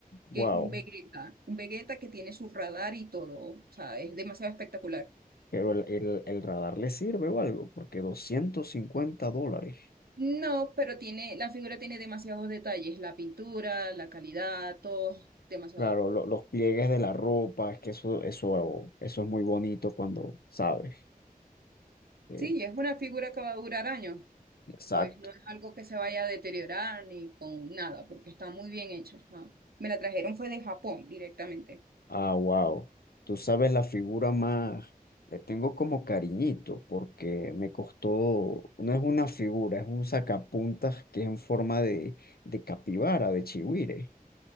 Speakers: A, on the right (about 85°); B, on the left (about 85°).
A: que
B: Wow.
A: es un Vegeta, un Vegeta que tiene su radar y todo, o sea, es demasiado espectacular.
B: Pero el, el- el radar le sirve o algo, porque 250 dólares.
A: No, pero tiene, la figura tiene demasiados detalles, la pintura, la calidad, todo, demasiado.
B: Claro, lo- los pliegues de la ropa, es que eso, eso, eso es muy bonito cuando sabes. Eh,
A: Sí, es una figura que va a durar años.
B: exacto.
A: pues no es algo que se vaya a deteriorar ni con nada, porque está muy bien hecha. Está... Me la trajeron fue de Japón directamente.
B: Ah, wow. Tú sabes la figura más. Le tengo como cariñito, porque me costó. No es una figura, es un sacapuntas que es en forma de, de capibara, de chigüire.